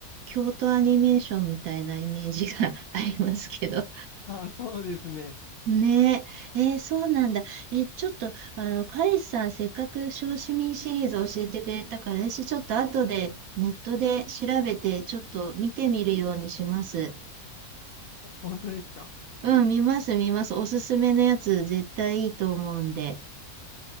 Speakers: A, on the right; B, on the left.
A: 京都アニメーションみたいなイメージが <laughs> ありますけど。
B: あ <laughs> あ、そうですね。
A: ねえ、えーそうなんだ。えちょっと、あの、カイさん、せっかく小市民シリーズ教えてくれたから、私ちょっと後でネットで調べて、ちょっと見てみるようにします。
B: ほんとですか。
A: うん、見ます、見ます。おすすめのやつ、絶対いいと思うんで。